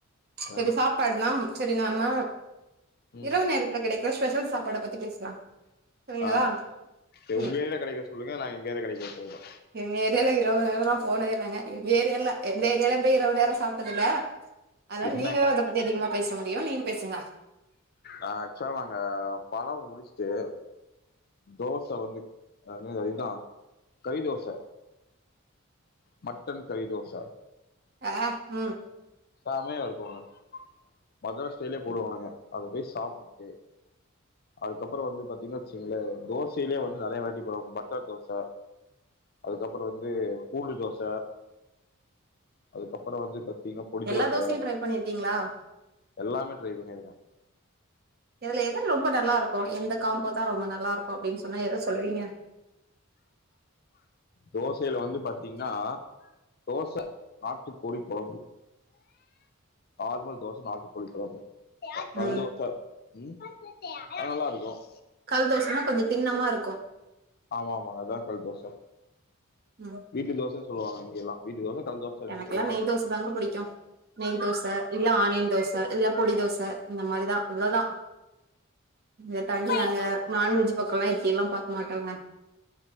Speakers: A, on the right; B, on the left.
A: சரி
B: ஆ
A: சாப்டாச்சுனா சரி நாம
B: ம்
A: இரவு நேரத்துல கிடைக்கர ஸ்பெஷல் சாப்பாட பத்தி பேசலா சரிங்களா
B: ஆஹ்
A: ம்
B: உங்க இதுல கிடைக்கரத சொல்லுங்க நா எங்கயதுல கிடைக்கரத சொல்றே
A: எங்க ஏரியால இரவுங்கல நா போனதே இல்லங்க எங்க ஏரியால்ல எந்த ஏரியாலயு இரவு நேரோ சாப்ட்டதுல்ல அதனால
B: என்னங்க
A: நீங்கதா அத பத்தி அதிகமா பேச முடியு நீங்க பேசுங்க
B: ஆஹ் ஆக்சுவலா நாங்க படோ முடிச்ட்டு தோச வந்து அதா கரி தோச மட்டன் கரி தோச
A: ஆஹ் ம்
B: செமையா இருக்கும்ங்க மதராஸ் ஸ்டைல்லயே போடுவானுங்க அது போய் சாப்ட்டுட்டு அதுக்கப்புறோ வந்து பாத்தீங்கன்னா வச்சுங்களே தோசையிலயே வந்து நிறைய வெரைட்டி போடுவாங்க பட்டர் தோச அதுக்கப்புறோ வந்து பூண்டு தோச அதுக்கப்புறோ வந்து பத்தீங்ன்னா பொடி
A: எல்லா
B: தோசை
A: தோசையு ட்ரை பண்ணிருக்கீங்களா
B: எல்லாமே ட்ரை பண்ணிருக்கே
A: இதுல எது ரொம்ப நல்லா இருக்கு எந்த காம்போ தா ரொம்ப நல்லா இருக்கு அப்டின்னு சொன்னா எத சொல்லுவீங்க
B: தோசையில வந்து பாத்தீங்ன்னா தோச நாட்டு கோழி குழம்பு நார்மல் தோச நாட்டுக்கோழி குழம்பு அ கல்
A: ம்
B: தோச ம் அது நல்லா இருக்கும்
A: கல் தோசன்னா கொஞ்சம் தின்னமா இருக்கும்
B: ஆமா ஆமாங்க அதா கல் தோச
A: ம்
B: வீட்டு தோசன்னு சொல்லுவாங்க இங்க எல்லாம் வீட்டு தோச கல் தோச ரெண்டு
A: எனக்குல்லா
B: சொல்லுவாங்க.
A: நெய் தோச தாங்க புடிக்கும் நெய் தோச இல்ல ஆனியன் தோச இல்ல பொடி தோச இந்த மாரிதா இவ்ளதா இத தாண்டி நாங்க
B: ம்.
A: நாண் வெஜ் பக்கோல்லா எட்டி எல்லா பாக்க மாட்டோங்க